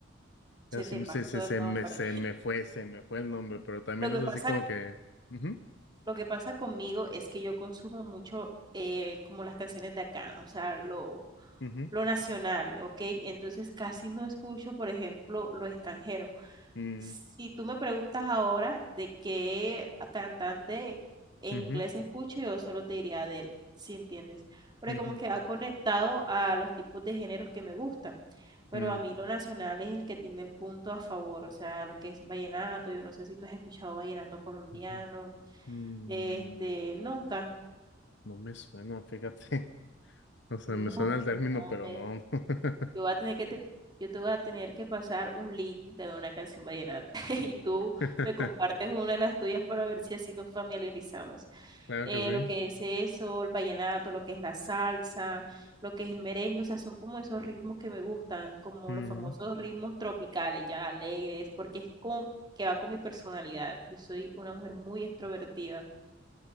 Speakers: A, on the right (about 20°); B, on the left (about 65°).
A: Se
B: Ya se,
A: te pasó
B: se, se- se
A: el nombre.
B: me, se me fue, se me fue el nombre, pero también
A: Lo que
B: es así
A: pasa,
B: como que... ujú.
A: lo que pasa conmigo es que yo consumo mucho eh, como las canciones de acá, o sea, lo,
B: Ujú,
A: lo nacional, ¿ok? Entonces casi no escucho, por ejemplo, lo extranjero.
B: mm,
A: Si tú me preguntas ahora de qué cantante en
B: ujú,
A: inglés escucho, yo solo te diría Adele, si entiendes. Porque
B: ujú,
A: como que ha conectado a los tipos de géneros que me gustan. Pero
B: mm,
A: a mí lo nacional es el que tiene el punto a favor, o sea, lo que es vallenato. Yo no sé si tú has escuchado vallenato colombiano.
B: ujú, mm.
A: Este, nunca.
B: No me suena, fíjate. <laughs> O sea,
A: No,
B: me suena el
A: no,
B: término,
A: hombre,
B: pero no. <laughs>
A: Yo voy a tener que te, yo te voy a tener que pasar un link de una canción vallenata <laughs> y tú
B: <laughs>
A: me compartes una de las tuyas para ver si así nos familiarizamos.
B: Claro
A: Eh,
B: que sí.
A: lo que es eso, el vallenato, lo que es la salsa, lo que es el merengue, o sea, son como esos ritmos que me gustan, como
B: Ujú,
A: los famosos ritmos tropicales, ya alegres, porque es como que va con mi personalidad. Yo soy una mujer muy extrovertida.